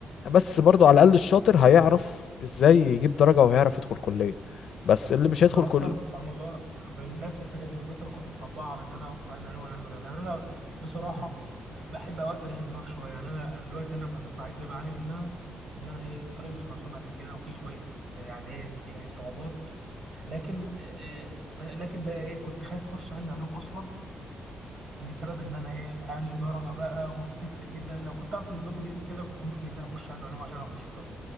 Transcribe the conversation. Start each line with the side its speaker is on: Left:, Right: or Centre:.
Left: بس برضو على الاقل الشاطر هيعرف ازاي يجيب درجه وهيعرف يدخل كليه بس اللي مش هيدخل
Right: انا اصلا
Left: كل
Right: سبحان الله بنفس الفكره دي بالظبط انا كنت مطبقها على ان انا اخد علم علوم ولا علم رياضه يعني انا بصراحه ب- بحب اوقات تريح الدماغ شويه يعني انا دلوقتي هنا في هندسه الحاجات اللي بعاني منها ان انا ايه الطريق مش مرسوم قد كده وفي شويه يعني ايه إيه صعوبات لكن إيه إيه، ب- لكن بقى ايه كنت خايف اخش علم علوم اصلا بسبب ان انا ايه اقل درجه بقى وبتفرق جدا لو كنت اعرف النظام الجديد كده كنت ممكن جدا اخش علم علوم عشان اخش طب